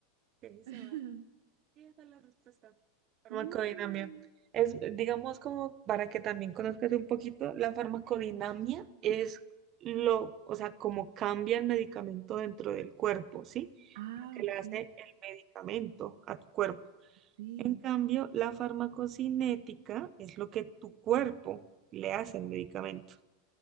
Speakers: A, on the right; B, on the right.
A: ok, se
B: <laughs>
A: vale. Sí, esa es la respuesta. Farmacodinamia.
B: Uh,
A: Es, digamos, como para que también conozcas un poquito, la farmacodinamia es lo, o sea, cómo cambia el medicamento dentro del cuerpo, ¿sí?
B: ah,
A: Lo que
B: ok.
A: le hace el medicamento a tu cuerpo.
B: Sí.
A: En cambio, la farmacocinética es lo que tu cuerpo le hace al medicamento.